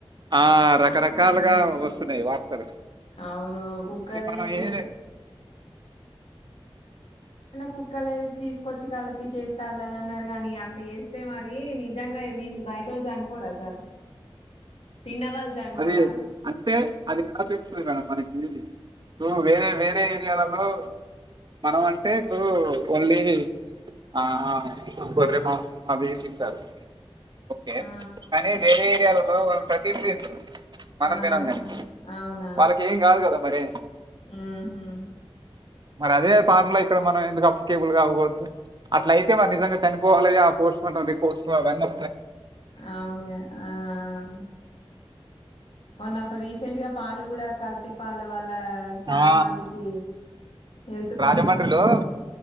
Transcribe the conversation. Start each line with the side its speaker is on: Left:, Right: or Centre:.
Right: ఆ రకరకా లుగా వస్తున్నాయి వార్తలు
Left: అవును కుక్కదే
Right: అది మనం
Left: కుక్
Right: ఏద
Left: కుక్కలది తీసుకొచ్చి కలిపి చేస్తారులే అన్నారు గాని అట్లా చేస్తే మరి నిజంగా వీళ్ళు బయటోళ్ళు చనిపో పోరా సార్
Right: <inaudible>
Left: తిన్నవాళ్ళు చనిపోరా?
Right: అది అంటే అది ఎలా తెలుస్తది మేడమ్ మనకి తూ వేరే వేరే ఏరియాలలో మనం అంటే ఇప్పుడు ఓన్లీ ఆ గొర్రె మాంసం అవి తింటారు ఓకే
Left: ఆ!
Right: కాని వేరే ఏరియాలలో వాళ్ళు ప్రతిది తింటరు మనం
Left: ఆహా!
Right: తినంగాని
Left: అవునా?
Right: వాళ్ళకి ఏం గాదు గదా మరి
Left: హుహు.
Right: మరి అదే ఫార్ములా ఇక్కడ మన మనం ఎందుకు అప్లికేబుల్ గాగూడదు అట్లయితే వాళ్ళు నిజంగా చనిపోవాలిగా ఆ పోస్ట్ మార్టం రిపోర్ట్స్ అవన్ని
Left: అవునుగా ఆ ఆ మొన్న రీసెంట్ గా పాలు గూడా కల్తీపాల వల్ల చాలా
Right: ఆ
Left: మందికి హెల్త్ ప్రాబ్లమ్స్
Right: రాజమండ్రిలో
Left: వచ్చినాయి.